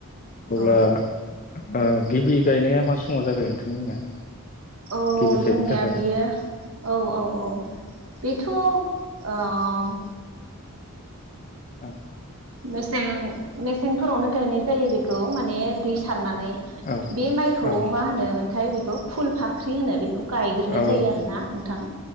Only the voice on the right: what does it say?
औ
औ
जोंनिया
बेयो औ औ औ बे थु ओम
मेसें मेसेंफोरावनो गायनाय जायो बेखौ माने दै सा होननानै
बे माइखौ
मा होनोमोनथाय बे खौ फुल फाख्रि होनो बेखौ गायग्रोनाय
जायो आरो ना नोंथां।